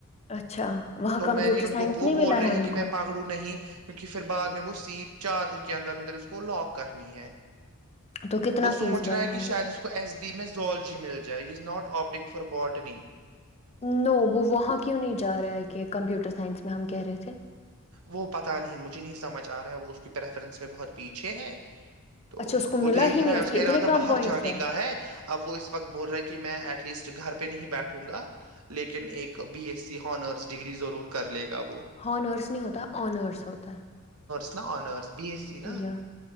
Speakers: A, on the left; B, on the right.
A: اچھا وہاں
B: تو
A: کمپیوٹر
B: میں نے ان
A: سائنس
B: کو وہ
A: نہیں ملا
B: بول رہے
A: ہے
B: ہیں
A: ان
B: کہ میں
A: کو
B: پکڑوں نہیں کیونکہ پھر بعد میں وہ سیٹ چار دن کے اندر اندر اس کو لاک کرنی ہے
A: تو کتنا
B: وہ سوچ
A: فیس بھرنا
B: رہا ہے کہ شاید اس کو ایس بی میں زولج مل جائے is not opting for botany
A: no وہ وہاں کیوں نہیں جا رہا ہے کہ کمپیوٹر سائنس میں ہم کہہ رہے تھے
B: وہ پتہ نہیں مجھے نہیں سمجھ آ رہا ہے وہ اس کی پریفرنس میں بہت پیچھے ہے تو
A: اچھا اس کو
B: وہ
A: ملا
B: دیکھ
A: ہی نہیں
B: رہا ہے اس
A: کے
B: کا ارادہ
A: اتنے کم
B: باہر
A: پوائنٹس
B: جانے کا ہے اب وہ اس وقت بول رہا ہے کہ میں ایٹ لیسٹ گھر پہ نہیں بیٹھوں گا لیکن ایک B S C honours degree ضرور کر لے گا کیا وہ <unintelligible>
A: ہانرس نہیں ہوتا آنرس ہوتا
B: اپ <unintelligible> آنرز بی ایس سی
A: ہے
B: نا
A: یا